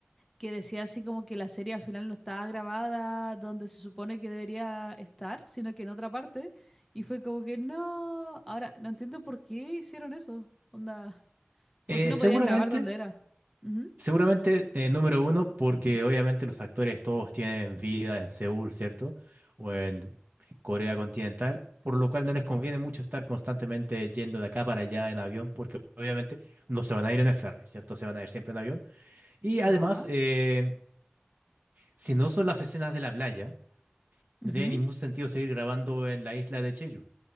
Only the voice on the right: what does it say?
Eh,
seguramente,
seguramente eh, número uno, porque obviamente los actores todos tienen vida en Seúl, ¿cierto? O en Corea continental, por lo cual no les conviene mucho estar constantemente yendo de acá para allá en avión, porque obviamente no se van a ir en el ferry, ¿cierto? Se van a ir siempre en avión. Y
además, eh, si no son las escenas de la playa.
no tiene ningún sentido seguir grabando en la isla de Cheju,